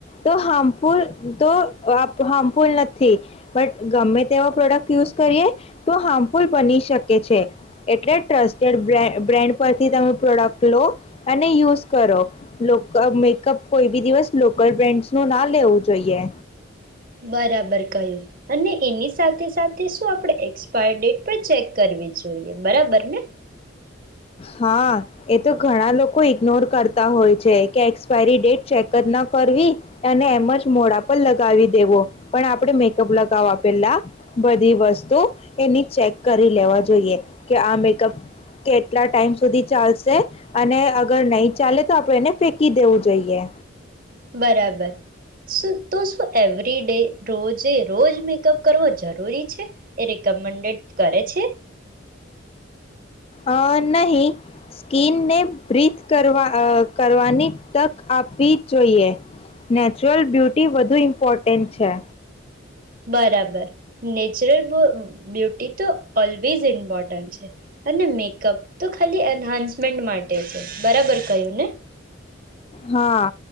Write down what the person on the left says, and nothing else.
તો હાર્મફુલ તો <unintelligible> નથી બટ ગમે તેવા પ્રોડક્ટ યુઝ કરીએ તો હાર્મફુલ બની શકે છે, એટલે ટ્રસ્ટેડ બ્રેન્ડ પરથી તમે પ્રોડક્ટ લો. અને યુઝ કરો <unintelligible> મેકઅપ કોઈ બી દિવસ લોકલ બ્રેન્ડસ નું ના લેવું જોઈએ.
હા એ તો ઘણા લોકો ઈગ્નોર કરતા હોય છે, કે એક્સપાયરી ડેટ ચેક જ ના કરવી અને એમ જ મોડા પર લગાવી દેવો પણ આપણે મેકઅપ લગાવવા પેલા બધી વસ્તુ એની ચેક કરી લેવા જોઈએ કે આ મેકઅપ કે કેટલા ટાઈમ સુધી ચાલશે અને અગર નહી ચાલે તો આપણે એને ફેંકી દેવું જોઈએ.
અ નહી સ્કીિનને બ્રીથ કરવા અ કરવાની તક આપવી જોઈએ નેચરલ બ્યુટી વધુ ઇમ્પોર્ટન્ટ છે
હા